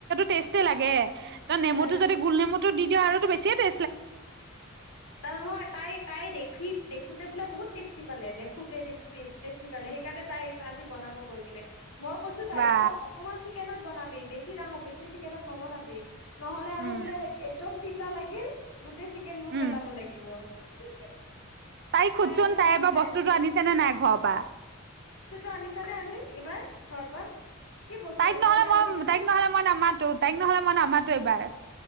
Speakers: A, on the right (about 55°); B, on the left (about 90°).
A: টেষ্টি লাগে
B: অ
A: ত নেমুত
B: এ
A: যদি গোলনেমুতো দিয় আৰু বেছিয় টে
B: তাৰ নহয় তাই তাই দেখি দেখোতে বোলে বহুত -টেষ্টি পালে দেখোঁতে টেষ্ট টেষ্টি পালে সেইকাৰণে তাই আজি বনাব গৈ কিনে। মই কৈছোঁ তাইক
A: বা
B: তই অকণমান চিকেনত বনাবী। বেছি বেছি ডাঙৰ বেছি চিকেনত ন বনাবি। নহ'লে আৰু
A: উম
B: বোলে একদম তিতা লাগিল। গোটেই চিকেন বোৰ
A: উম
B: পেলাব লাগিব। <unintelligible>
A: তাইক সুধচোন
B: আজি
A: তাই
B: সেইটো
A: এব
B: চাই
A: বস্তুটো
B: আছে
A: আনিছেনে নাই ঘৰৰ পৰা।
B: তো আনিছা নে আজি এইবাৰ ঘৰৰ পৰা, কি বস্তুটো
A: তাইক নহলে
B: পনীয়া
A: মই
B: বস্তুটো
A: তাইক নহলে মই নামাতো তাইক নহলে মই নামাতো এবাৰ